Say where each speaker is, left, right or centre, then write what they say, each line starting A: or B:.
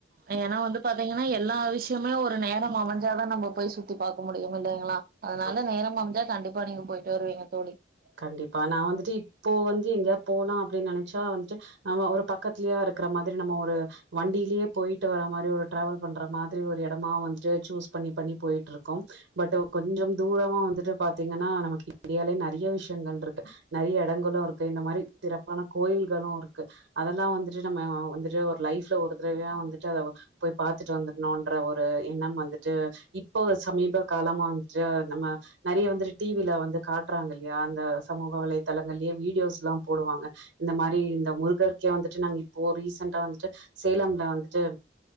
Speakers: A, on the right; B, on the right.
A: ஏன்னா வந்து பாத்தீங்கன்னா எல்லா ஆல் விஷியமே ஒரு நேரோ அமைஞ்சாதா நம்ம போய் சுத்தி பார்க்க முடியு இல்லைங்களா அதனால
B: ஆ
A: நேரம் அமைஞ்சா கண்டிப் அப்ப நீங்க போயிட்டு வருவீங்க தோழி
B: கண்டிப்பா நா வந்துட்டு இப்போ வந்து எங்கேயா போலா அப்டின்னு நெனைச்சா வந்துட்டு நம்ம ஒரு பக்கத்தலயே இருக்குற மாதிரி நம்ம ஒரு வண்டியிலேயே போயிட்டு வர மாரி ஒரு டிராவல் பண்ற மாதிரி ஒரு எடமா வந்துட்டு சூஸ் பண்ணி பண்ணி போயிட்டு இருக்கோ பட் கொஞ்சம் தூரமா வந்துட்டு பாத்தீங்கன்னா நமக்கு இந்தியாலேயே நறைய விஷிய ன்டுஇருக் நறைய எடங்களு இருக்கு இந்த மாதிரி சிறப்பான கோயில்களு இருக்கு அதெல்லா வந்துட்டு நம்ம வந்துட்டு ஒரு லைஃப்ல ஒரு தடவையா வந்துட்டு அத போய் பாத்துட்டு வந்துணும்யென்ற ஒரு எண்ணம் வந்துட்டு இப்ப சமீப காலமா வந்துட்டு நம்ம நறைய வந்துட்டு டிவில வந்து காட்டுறாங்க இல்லையா இந்த சமூக வலைதளங்கள்யே வீடியோஸ்ல்லா போடுவாங்க இந்த மாரி இந்த முருகர் கே வந்துட் நாங்க இப்போ ரீசன்ட வந்துட்டு சேலம்ல வந்துட்டு